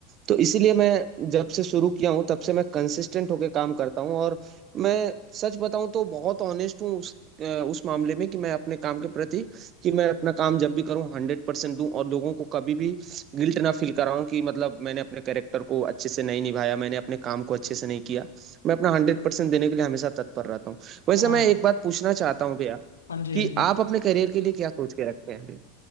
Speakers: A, on the right (about 35°); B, on the left (about 75°).
A: तो इसीलिए मैं जब से शुरू किया हूँ तब से मैं कंसिस्टेंट होके काम करता हूँ और मैं सच बताऊँ तो बहुत ऑनेस्ट हूँ उस अ, उस मामले में कि मैं अपने काम के प्रति कि मैं अपना काम जब भी करूँ हंड्रेड परसेंट दूं और लोगों को कभी भी गिल्ट ना फील कर रहा हूँ कि मतलब मैंने अपने कैरेक्टर को अच्छे से नहीं निभाया मैंने अपने काम को अच्छे से नहीं किया मैं अपना हंड्रेड परसेंट देने के लिए हमेशा तत्पर रहता हूँ वैसे
B: हाँ
A: मैं एक बात पूछना चाहता हूँ भैया
B: हाँ जी
A: कि
B: हाँ जी
A: आप अपने करियर के लिए क्या सोच के रखते हैं भैया